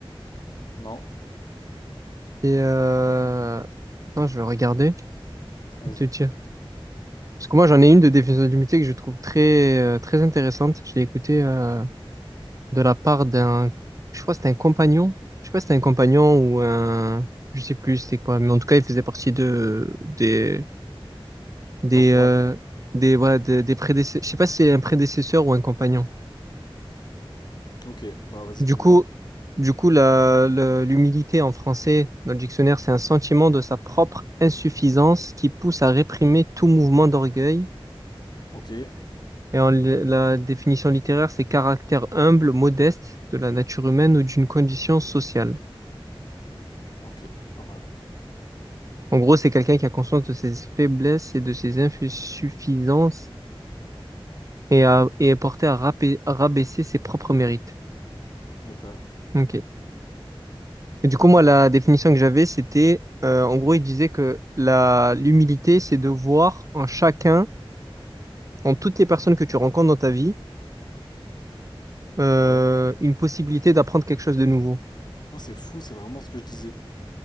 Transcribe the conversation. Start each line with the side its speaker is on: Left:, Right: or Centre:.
Left: Non.
Right: et Euh... Attends, je vais regarder.
Left: Vas-y.
Right: Je vais te dire. Parce que moi, j'en ai une de définition de l'humilité que je trouve très, euh, très intéressante. Je l'ai écoutée. euh, de la part d'un, je crois que c'était un compagnon, je sais pas si c'était un compagnon ou un, je sais plus c'était quoi, mais en tout cas il faisait partie de des des
Left: L'entourage.
Right: euh, des voilà des, des prédécesseurs, je sais pas si c'est un prédécesseur ou un compagnon.
Left: Ok, bah vas-y,
Right: Du
Left: dis-moi.
Right: coup, du coup la, le- l'humilité en français dans le dictionnaire c'est un sentiment de sa propre insuffisance qui pousse à réprimer tout mouvement d'orgueil.
Left: Ok,
Right: Et en, li- la définition littéraire, c'est caractère humble, modeste de la nature humaine ou d'une condition sociale.
Left: ok, pas mal.
Right: En gros, c'est quelqu'un qui a conscience de ses faiblesses et de ses insuffisances et, à- et est porté à, rapé- à rabaisser ses propres mérites.
Left: Et ben,
Right: Ok. Et du coup, moi,
Left: ok.
Right: la définition que j'avais, c'était, euh, en gros, il disait que la, l'humilité, c'est de voir en chacun, en toutes les personnes que tu rencontres dans ta vie, euh,
Left: Ouais.
Right: une possibilité d'apprendre quelque chose de nouveau.
Left: Non, c'est fou, c'est vraiment ce que je disais.